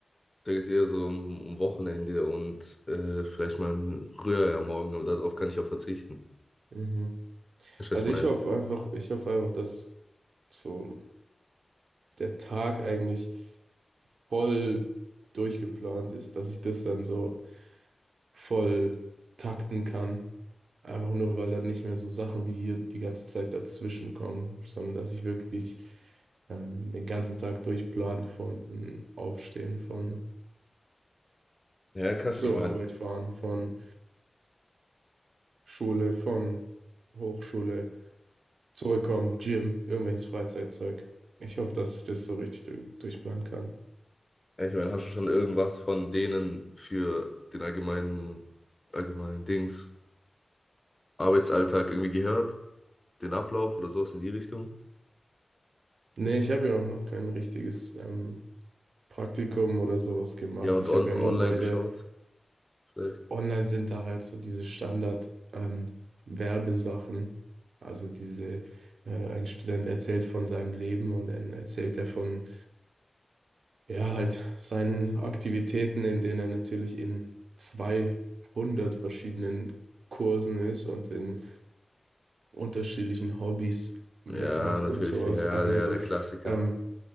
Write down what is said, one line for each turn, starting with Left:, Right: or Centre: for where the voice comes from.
Left: da geht's eher so um, um Wochenende und äh, vielleicht mal ein Rührei am Morgen, aber darauf kann ich auch verzichten.
Right: Mhm.
Left: Weißt du,
Right: Also
Left: was ich meine?
Right: ich hoffe einfach, ich hoffe einfach, dass so der Tag eigentlich voll durchgeplant ist, dass ich das dann so voll takten kann. Einfach nur, weil dann nicht mehr so Sachen wie hier die ganze Zeit dazwischen kommen, sondern dass ich wirklich ähm, den ganzen Tag durchplan von Aufstehen, von
Left: Ja, kannst,
Right: zur
Left: ich meine,
Right: Arbeit fahren, von Schule, von Hochschule, zurückkommen, Gym, irgendwelches Freizeitzeug. Ich hoffe, dass ich das so richtig du durchplanen kann.
Left: ja, ich meine, hast du schon irgendwas von denen für den allgemeinen, allgemeinen Dings, Arbeitsalltag irgendwie gehört? den Ablauf oder sowas in die Richtung.
Right: Nee, ich habe ja auch noch kein richtiges ähm, Praktikum oder sowas gemacht.
Left: Ja, und
Right: Ich
Left: on
Right: habe ja
Left: online
Right: nur bei
Left: geschaut,
Right: der
Left: vielleicht.
Right: online sind da halt so diese Standard ähm, Werbesachen. Also diese, äh, ein Student erzählt von seinem Leben und dann erzählt er von, ja, halt seinen Aktivitäten, in denen er natürlich in 200 verschiedenen Kursen ist und in unterschiedlichen Hobbys mitmacht
Left: Ja, natürlich,
Right: und sowas.
Left: ja,
Right: Also
Left: der der Klassiker.
Right: ähm,